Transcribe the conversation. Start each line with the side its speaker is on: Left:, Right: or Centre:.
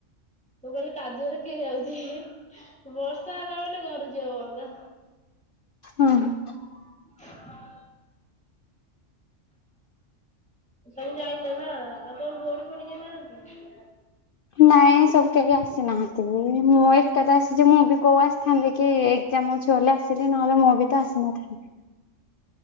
Centre: ମୁଁ କହିଲି କାଦୁଆରେ କିଏ ଯାଉଛି। ବର୍ଷା ହେଲା ମାନେ ଘରୁ ଯିବା ବନ୍ଦ।
Left: ହୁଁ ହୁଁ।
Centre: <unintelligible> ତମେ ଯାଇନ ନା? ଆଉ ତମ ଭୋଉଣୀ ଫୋଉଣି କେହି ନାହାନ୍ତି?
Left: ନାଇଁ, ସବୁ କେହି ଆସିନାହାନ୍ତି ବି ମୁଁ ଏକାତ ଆସିଛି ମୁଁ ବି କୋଉ ଆସିଥାନ୍ତି କି କାମ ଅଛି ବୋଲି ଆସିଲି ନହେଲେଁ ମୁଁ ବି ତ ଆସିନଥାନ୍ତି।